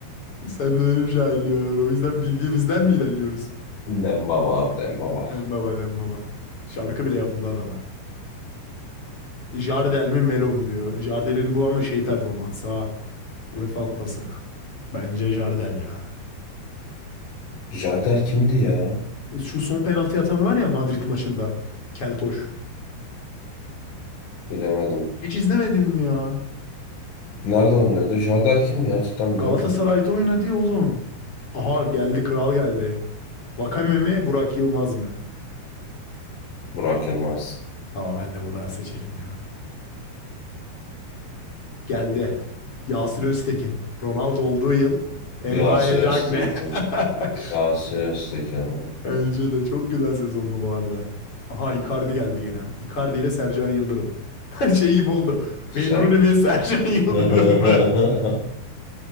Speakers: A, on the left; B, on the left.
A: Sen de benim cahilliğim var. O yüzden bildiğimizden mi ilerliyoruz?
B: Dembaba abi Dembaba.
A: Dembaba, Dembaba. Şarkı bile yapıldı adama. Jardel mi Melo mu diyor. Jardel'in bu ama şey performansı ha. UEFA Kupası. Bence Jardel ya.
B: Jardel kimdi ya?
A: Şu son penaltı atan var ya Madrid maçında. Keltoş.
B: Bilemedim.
A: Hiç izlemedin mi ya?
B: Nerede oynuyordu? Jardar kim ya? Cidden
A: Galatasaray'da
B: bilemedim ha.
A: oynadı ya oğlum. Aha geldi kral geldi. Vakame mi Burak Yılmaz mı?
B: Burak Yılmaz.
A: Ama ben de Burak'ı seçerim ya. Geldi. Yasin Öztekin. Ronaldo olduğu yıl. Mbaye
B: Yasin Öztekin.
A: Diagne. <laughs>
B: Yasin Öztekin. O.
A: Bence de çok güzel sezonlu bu arada. Aha Icardi geldi yine. Icardi ile Sercan Yıldırım. <laughs> şey gibi oldu. Wayne
B: Se.
A: Rooney mi <laughs> Sercan Yıldırım
B: <laughs>
A: mı?